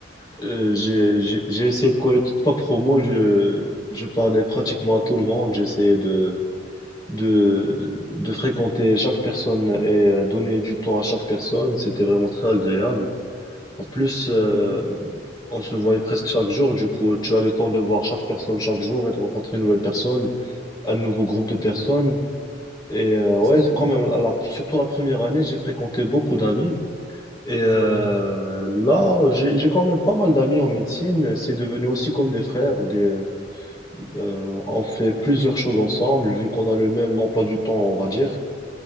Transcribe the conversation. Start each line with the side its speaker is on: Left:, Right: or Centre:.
Left: euh, j'ai,
Right: Mhm.
Left: j'ai j'ai essayé de coller toute ma promo, je, je parlais pratiquement à tout le monde, j'essayais de. de, de fréquenter chaque personne et euh, donner du temps à chaque personne. C'était vraiment très agréable. En plus, euh,
Right: Mhm.
Left: on se voyait presque chaque jour. Du coup, tu as le temps de voir chaque personne chaque jour et de rencontrer une nouvelle personne, un nouveau groupe de
Right: Mhm.
Left: personnes. Et euh, ouais,
Right: C'est cool.
Left: quand même, la- la- surtout la première année, j'ai fréquenté beaucoup d'amis. Et euh,
Right: Mhm.
Left: là, j'ai j'ai quand même pas mal d'amis en médecine. C'est devenu aussi comme des frères. Des, euh, on fait plusieurs choses ensemble, vu qu'on a le même emploi du temps, on va dire.